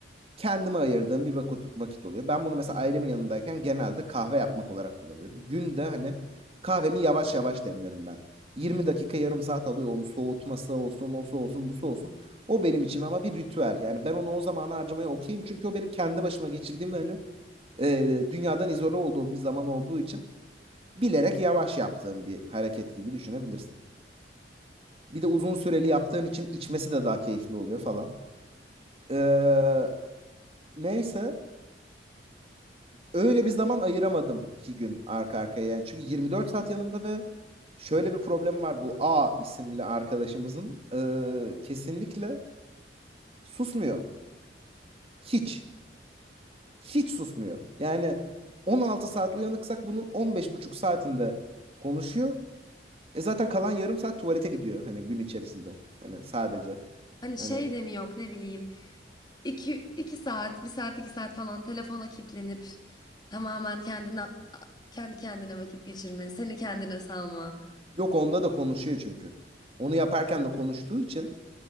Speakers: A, on the right (about 35°); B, on the left (about 25°).
A: kendime ayırdığım bir vakit, vakit oluyor. Ben bunu mesela ailemin yanındayken genelde kahve yapmak olarak kullanıyorum. Günde hani kahvemi yavaş yavaş demlerim ben. 20 dakika yarım saat alıyor onu soğutması olsun, osu olsun, busu olsun. O benim için ama bir ritüel. Yani ben onu o zamana harcamaya okeyim. Çünkü o benim kendi başıma geçirdiğim ve hani e, dünyadan izole olduğum bir zaman olduğu için bilerek yavaş yaptığım bir hareket gibi düşünebilirsin. Bir de uzun süreli yaptığın için içmesi de daha keyifli oluyor falan. Ee, neyse öyle bir zaman ayıramadım iki gün arka arkaya yani. Çünkü 24 saat yanımda ve şöyle bir problem var bu A isimli arkadaşımızın e, kesinlikle susmuyor. Hiç. Hiç susmuyor. Yani 16 saat uyanıksak bunun 15 buçuk saatinde konuşuyor. E zaten kalan yarım saat tuvalete gidiyor hani gün içerisinde. Hani sadece.
B: Hani
A: Hani
B: şey de mi yok ne bileyim iki iki saat bir saat 2 saat falan telefona kilitlenip tamamen kendine kendi kendine vakit geçirme, seni kendine salma.
A: yok onda da konuşuyor çünkü. Onu yaparken de konuştuğu için